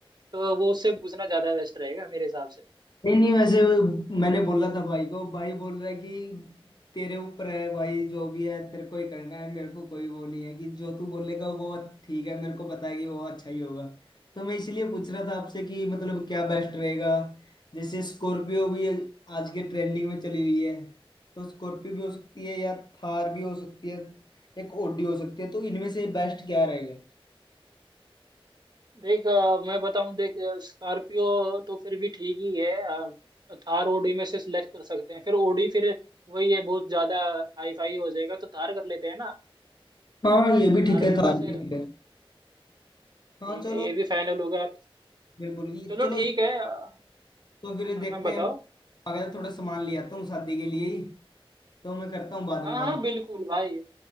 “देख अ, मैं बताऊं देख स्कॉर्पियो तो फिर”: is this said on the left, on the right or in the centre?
Right